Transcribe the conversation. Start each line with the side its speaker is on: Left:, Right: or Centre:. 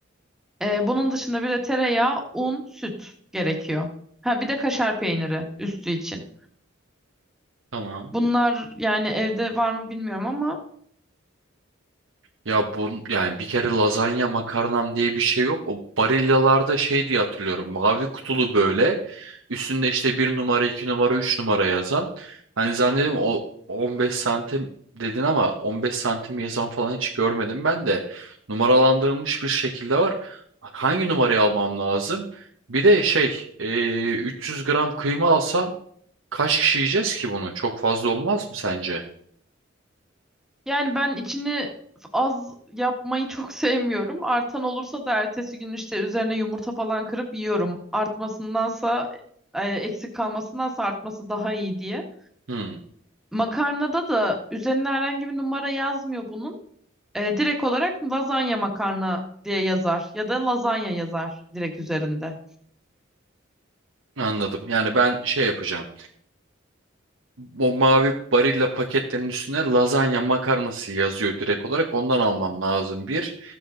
Centre: e, bunun dışında bir de tereyağı, un, süt gerekiyor. Ha bir de kaşar peyniri üstü için.
Right: tamam.
Centre: Bunlar yani evde var mı bilmiyorum ama
Right: Ya bu yani bir kere lazanya makarnam diye bir şey yok. O Barilla'larda şey diye hatırlıyorum. Mavi kutulu böyle. Üstünde işte bir numara, iki numara, üç numara yazan. Hani zannediyorum o 15 santim dedin ama 15 santim yazan falan hiç görmedim ben de. Numaralandırılmış bir şekilde var. Hangi numarayı almam lazım? Bir de şey eee, 300 gram kıyma alsam kaç kişi yiyeceğiz ki bunu? Çok fazla olmaz mı sence?
Centre: Yani ben içini az yapmayı çok <laughs> sevmiyorum. Artan olursa da ertesi gün işte üzerine yumurta falan kırıp yiyorum. Artmasındansa e, eksik kalmasındansa artması daha iyi diye.
Right: Hmm,
Centre: Makarnada da üzerine herhangi bir numara yazmıyor bunun. E, direkt olarak lazanya makarna diye yazar ya da lazanya yazar direkt üzerinde.
Right: anladım. Yani ben şey yapacağım. O mavi Barilla paketlerin üstüne lazanya makarnası yazıyor direkt olarak. Ondan almam lazım. Bir,